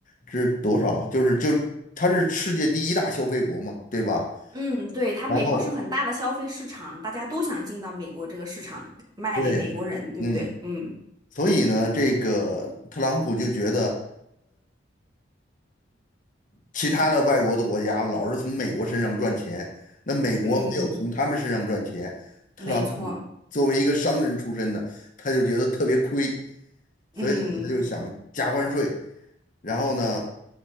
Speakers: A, on the left (about 45°); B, on the right (about 20°).
A: 之多少？就是就是它是世界第一大消费国嘛，对吧？
B: 嗯，对，他美国是很大的消费市场，
A: 然后
B: 大家都想进到美国这个市场，卖给美国人，
A: 对，
B: 对不对？
A: 嗯，
B: 嗯
A: 所以呢，这个特朗普就觉得。其他的外国的国家老是从美国身上赚钱，那美国没有从他们身上赚钱，
B: 嗯，
A: 特朗普作为一个商人出身的，
B: 没错，
A: 他就觉得特别亏，所以呢他就想加关税，
B: 嗯
A: 然后呢，